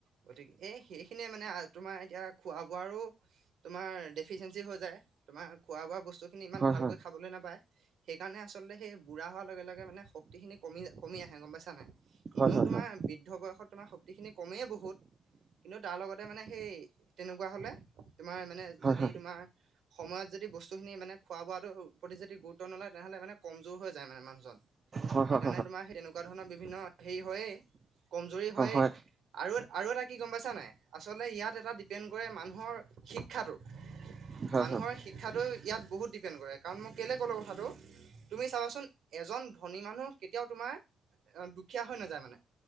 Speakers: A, on the right; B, on the right.
A: গতিকে এই সেইখিনিয়ে মানে তোমাৰ এতিয়া খোৱা-বোৱাৰো তোমাৰ ডেফিচিয়েঞ্চি হৈ যায়, তোমাৰ খোৱা-বোৱা বস্তু বস্তুখিনি ইমান
B: হয়
A: ভালকৈ
B: হয়
A: খাবলৈ নাপায় সেইকাৰণে আলতে সেই বুঢ়া হোৱাৰ লগে লগে মানে শক্তিখিনি কমি কমি গম পাইছা নাই। এনেও
B: হয় হয় হয়
A: তোমাৰ
B: হয়
A: বি বয়সত তোমাৰ শক্তিখিনি কমেই বহুত কিন্তু তাৰ লগতে মানে সেই তেনেকুৱা হ'লে তোমাৰ মানে
B: হয়
A: যদি
B: হয়
A: তোমাৰ সময়ত যদি বস্তুখিনি মানে খোৱা-বোৱাটোৰ প্ৰতি যদি গুৰুত্ব নলয় তেনেহ'লে মানে কমজোৰ হৈ যায় মানে মানুহজন।
B: হয়
A: সেইকাৰণে
B: হয়
A: তোমাৰ তেনেকুৱা ধৰণৰ বিভিন্ন হেৰি হয়েই। কমজুৰি হয়ে।
B: হয় হয়
A: আৰু আৰু এটা কি গম পাইছা নাই আচলতে ইয়াত এটা ডিপেণ্ড কৰে মানুহৰ শিক্ষাটো,
B: সেই হয়
A: মানুহৰ
B: হয়
A: শিক্ষাটো ইয়াত বহুত ডিপেণ্ড কৰে কাৰণ মোক কেলে ক'লোঁ কথাটো তুমি চাবাচোন এজন ধনী মানুহ কেতিয়াও তোমাৰ এ দুখীয়া হৈ নাযায় মানে।